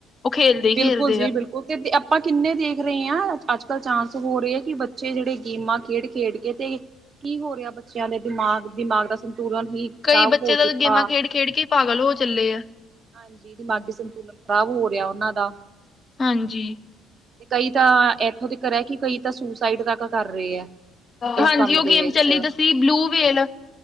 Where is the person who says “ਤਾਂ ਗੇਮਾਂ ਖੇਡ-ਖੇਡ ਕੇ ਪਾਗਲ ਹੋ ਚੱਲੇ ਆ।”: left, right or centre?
Left